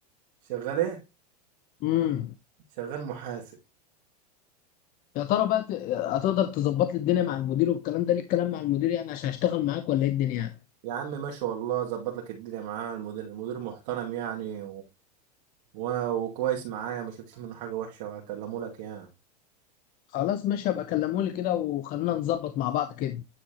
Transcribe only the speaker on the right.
شغال ايه
شغال محاسب
يا عم ماشي والله ظبط لك الدنيا معاه المدير المدير محترم يعني وانا وكويس معايا ما شفتش منه حاجه وحشه وهكلمه لك يعني